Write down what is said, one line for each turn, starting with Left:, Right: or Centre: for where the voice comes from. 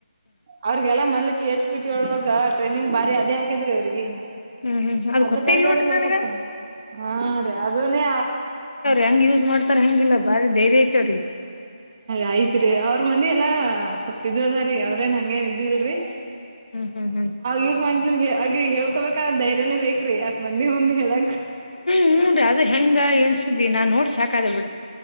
Right: ಅವ್ರಿಗೆಲ್ಲ ಮದ್ಲಿ ಕೆ ಎಚ್ ಪಿ ಒಳ್ಳಗ ಟ್ರೈನಿಂಗ್ ಬಾರಿ ಅದೇ ಹಾಕಿದ್ರಿ ಅವ್ರಿಗೆ
Left: ಹ್ಮ್ ಅದ್
Right: ಅದಕ್ಕಾಗಿ
Left: ಗೊತ್ತೇ ಇಲ್ ನೋಡ್ರಿ
Right: ಅವ್ರರಿಗೆ
Left: ನನಗ
Right: ಸ್ವಲ್ಪ ಹಾರೀ ಅದುನೇ
Left: ಹೆಂಗ ಯೂಸ್ ಮಾಡ್ತಾರ ಹೆಂಗಿಲ್ಲ ಬಾರಿ ಧೈರ್ಯ ಐತೆವ್ರೀ
Right: ಆಯ್ತ್ರಿ ಅವ್ರ ಮನಿ ಎಲ್ಲಾ ಸ್ವಲ್ಪ ಇದ್ದು ಆದರಿ ಅವ್ರೇನ್ ಹಂಗ ಇದಿಲ್ರಿ
Left: ಹ್ಮ್ ಹ್ಮ್ ಹ್ಮ್
Right: ಯಸ್ ಮಾಡ ಹಾಗೆ ಹೇಳಿ ಹಕೋಬೇಕ ಧೈರ್ಯನೇ ಬೇಕ್ರಿ ಅಷ್ಟ್ ಮಂದಿ ಮುಂದೆ ಹೇಲೋಕೇ
Left: ಹುನ್ರಿ ಅದು ಹೆಂಗ ಎನ್ಸಿದಿ ನಾನ್ ನೋಡ್ಸ ಸಾಕಗದ ಬಿಡು